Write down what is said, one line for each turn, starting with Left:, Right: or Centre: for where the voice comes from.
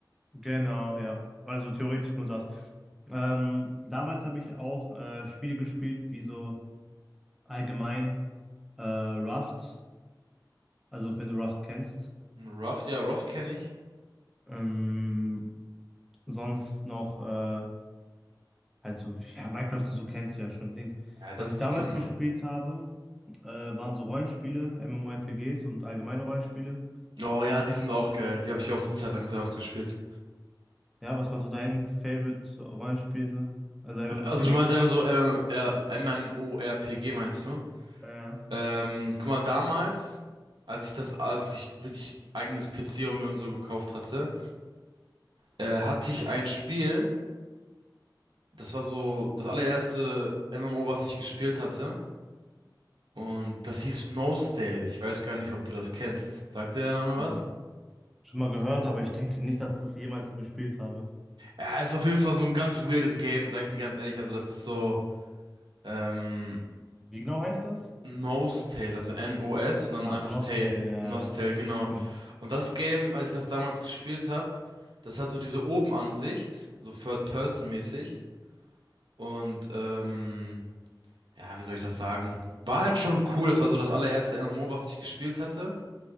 Centre: Genau, ja. Also theoretisch nur das. Ähm, damals habe ich auch äh, Spiele gespielt, wie so allgemein äh, Raft, also wenn du Raft kennst.
Right: Raft, ja, Raft kenne ich.
Centre: Ähm, sonst noch, äh, halt so, ja, Minecraft und so kennst du ja schon, Dings.
Right: Ja, das,
Centre: Was ich
Right: die
Centre: damals
Right: kennt man.
Centre: gespielt habe, äh, waren so Rollenspiele, MMORPGs und allgemeine Rollenspiele.
Right: Oh ja, die sind auch geil. Die habe ich auch eine Zeit lang sehr oft gespielt.
Centre: Ja, was war so dein Favorite Rollenspiel? so? Also MMORPG?
Right: Also du meinst einfach so MMR MMORPG meinst du?
Centre: Ja.
Right: Ähm, guck mal, damals, als ich das, als ich wirklich eigenes PC und mir und so gekauft hatte, äh, hatte ich ein Spiel, das war so das allererste MMO, was ich gespielt hatte. Und das hieß Nosedale. Ich weiß gar nicht, ob du das kennst. Sagt dir der Name
Centre: ja.
Right: was?
Centre: Schon mal gehört, aber ich denke nicht, dass ich das jemals gespielt habe.
Right: Ja, ist auf jeden Fall so ein ganz weirdes Game, sag ich dir ganz ehrlich. Also das ist so, ähm,
Centre: Wie genau heißt das?
Right: Nostale, also N-O-S und dann
Centre: Ach,
Right: einfach
Centre: Nostale,
Right: Tail.
Centre: ja,
Right: Nostale,
Centre: ja.
Right: genau.
Centre: Okay.
Right: Und das Game, als ich das damals gespielt habe, das hat so diese Obenansicht, so Third-Person-mäßig. Und ähm, ja, wie soll ich das sagen? War halt schon cool, das war so das allererste MMO, was ich gespielt hatte.